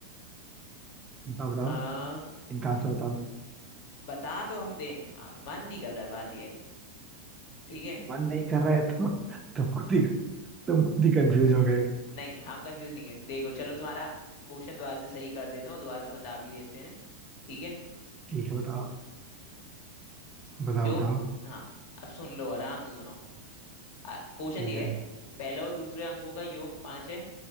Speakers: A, on the right (about 20°); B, on the left (about 50°).
A: बताओ बताओ
B: आ,
A: इनका आंसर बताओ
B: बता तो हम दें आ, मन नहीं कर रहा है बात ये है ठीक है
A: मन नहीं कर रहा है तो <laughs> तुम खुद ही तुम खुद ही कंफ्यूज हो गए
B: नहीं हम कंफ्यूज नहीं है देखो चलो तुम्हारा क्वेश्चन दोबारा से सही कर देता हूँ दोबारा से बता भी देते हैं ठीक है
A: ठीक है बताओ बताओ
B: जो
A: बताओ
B: हाँ अब सुन लो आराम से सुनो क्वेश्चन
A: ठीक
B: ये
A: है
B: है पहले और दूसरे अंकों का योग पांच है